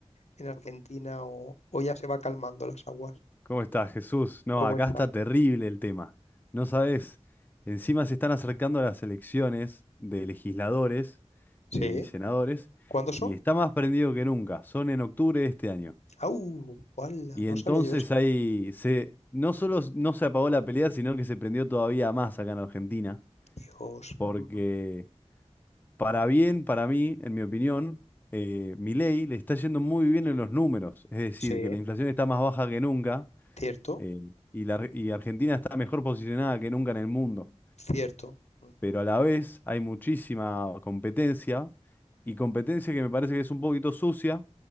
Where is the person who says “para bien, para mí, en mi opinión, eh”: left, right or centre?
Left